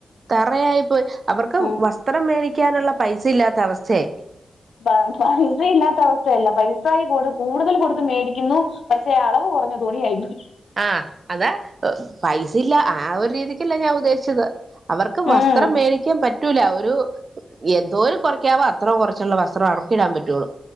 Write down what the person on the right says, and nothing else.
തറയായിപ്പോയി അവർക്ക്
വസ്ത്രം മേടിക്കാനുള്ള പൈസ ഇല്ലാത്ത അവസ്ഥയായി.
ആഹ് അതാ പൈസ ഇല്ലാ ആ ഒരു രീതിക്കല്ലാ ഞാൻ ഉദ്ദേശിച്ചത്. അവർക്ക് വസ്ത്രം
മേടി ക്കാൻ പറ്റൂലാ ഒരു എന്തോരം കൊറയ്ക്കാവോ അത്രോം കൊറച്ചുള്ള വസ്ത്രം അവർക്കിടാൻ പറ്റോള്ളൂ.